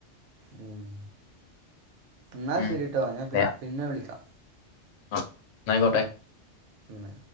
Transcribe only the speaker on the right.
മ്മ്... ന്നാ
ശരിട്ടോ.. ഞാൻ പി..
പിന്നെ വിളിക്കാം.
മ്മ്...